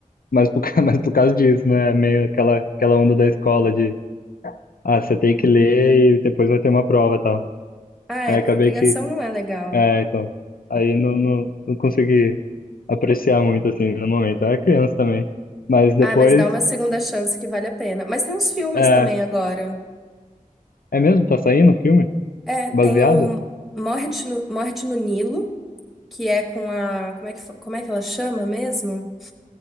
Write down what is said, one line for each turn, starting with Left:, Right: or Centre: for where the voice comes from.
Left: Mas por, ca- <laughs> mas por causa disso, né? É Meio aquela, aquela onda da escola de, ah, você tem que ler e depois vai ter uma prova e tal.
Centre: Ah, é,
Left: Aí
Centre: por
Left: acabei
Centre: obrigação
Left: que,
Centre: não é legal.
Left: é, então, aí não, não, não consegui apreciar muito, assim, no momento. Eu era criança também. Mas depois,
Centre: Ah, mas dá uma segunda chance que vale a pena. Mas tem uns filmes
Left: é,
Centre: também agora.
Left: é mesmo? Tá saindo um filme
Centre: É,
Left: baseado?
Centre: tem o Morte no, Morte no Nilo, que é com a. Como é que, fa- como é que ela chama mesmo?